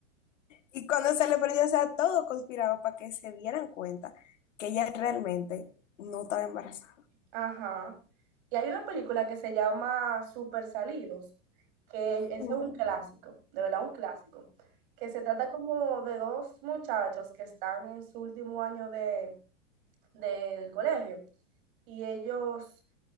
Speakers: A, on the left (about 80°); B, on the right (about 45°).
A: Y cuando se le prendió, o sea, todo conspiraba para que se dieran cuenta que ella realmente no estaba embarazada.
B: Ajá. Y hay una película que se llama Super Salidos, que ese es
A: Mm,
B: un clásico, de verdad un clásico, que se trata como de dos muchachos que están en su último año de, del colegio y ellos